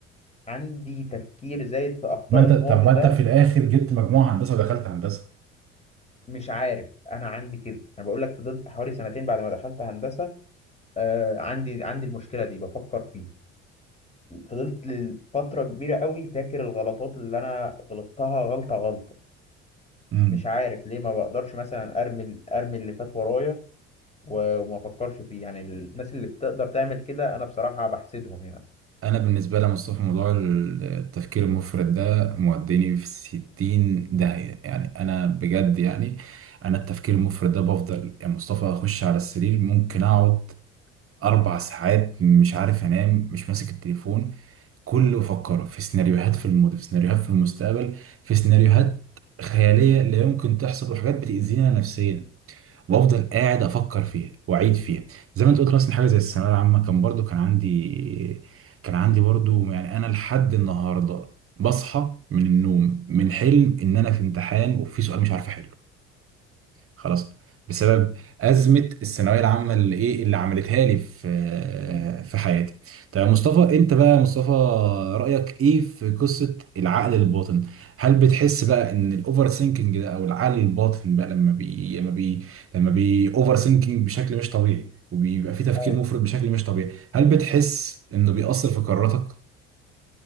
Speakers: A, on the left; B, on the right.
A: عندي تفكير زايد في اخطاء
B: ما انت
A: الماضي
B: طب ما
A: ده
B: انت في الاخر جبت مجموعه هندسه ودخلت هندسه
A: مش عارف انا عندي كده انا بقول لك فضلت حوالي سنتين بعد ما دخلت هندسه آه عندي عندي المشكله دي بفكر فيها فضلت لفترة كبيرة قوي فاكر الغلطات اللي أنا غلطتها غلطة غلطة
B: امم
A: مش عارف ليه ما بقدرش مثلا ارمي ارمي اللي فات ورايا و- وما افكرش فيه يعني الناس اللي بتقدر تعمل كده انا بصراحة بحسدهم يعني
B: انا بالنسبه لي مصطفى موضوع التفكير المفرط ده موديني في 60 داهيه يعني انا بجد يعني انا التفكير المفرط ده بفضل يا مصطفى اخش على السرير ممكن اقعد اربع ساعات مش عارف انام مش ماسك التليفون كله افكر في سيناريوهات في الماضي في سيناريوهات في المستقبل في سيناريوهات خياليه لا يمكن تحصل وحاجات بتاذينا نفسيا وافضل قاعد افكر فيها واعيد فيها زي ما انت قلت مثلا حاجه زي الثانويه العامه كان برضو كان عندي كان عندي برضو يعني انا لحد النهارده بصحى من النوم من حلم ان انا في امتحان وفي سؤال مش عارف احله خلاص بسبب أزمة الثانوية العامة اللي إيه اللي عملتها لي في
A: مم.
B: في حياتي طيب يا مصطفى أنت بقى يا مصطفى رأيك إيه في قصة العقل الباطن هل بتحس بقى إن الأوفر سينكينج ده أو العقل الباطن بقى لما بي لما بي لما بي أوفر سينكينج بشكل مش طبيعي وبيبقى في تفكير
A: ايوه
B: مفرط بشكل مش طبيعي هل بتحس إنه بيأثر في قراراتك؟